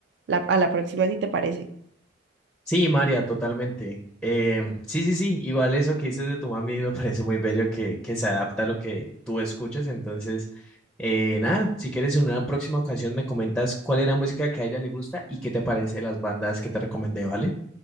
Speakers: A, on the right; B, in the centre.
A: la, a la próxima si te parece.
B: Sí, María, totalmente. Em, sí, sí, sí, igual eso que dices de tu mami me <laughs> parece muy bello que, que se adapta a lo que tú escuchas. Entonces, eh, nada, si quieres en una próxima ocasión me comentas cuál es la música que a ella le gusta y qué te parece las bandas que te recomendé, ¿vale?